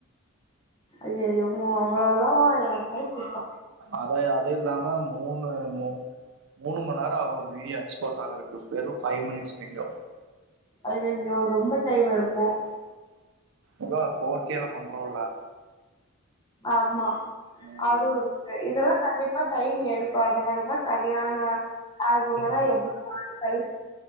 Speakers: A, on the left (about 20°); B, on the right (about 60°).
A: ஐயயோ அ அவ்வளோ எல்லா எனக்கு மாரி சுத்தோ
B: அதே அது இல்லாம மூணு மூ மூணு மண் நேரோ ஆகும் ஒரு வீடியோ எக்ஸ்போர்ட் ஆகுறக்கு வெறும் ஃபைவ் மினிட்ஸ் வீடியோ
A: ஐயையோ ரொம்ப டைம் எடுக்கும்
B: எதா போர் கேல பண்றோல
A: ஆமா
B: ம்
A: அதுவும் இருக்கு இதெல்லா கண்டிப் ப்ப டைம் எடுக்கும் அத நென ன கல்யாண ஆல்பம் எல்லா
B: ம்
A: எவ் கலி